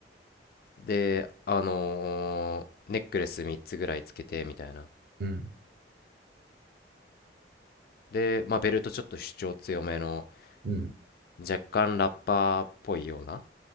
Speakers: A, on the left; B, on the right.
A: で、あのーネックレス3つぐらいつけて、みたいな。
B: うん、
A: で、まあ、ベルトちょっと主張強めの、
B: うん。
A: 若干ラッパーっぽいような、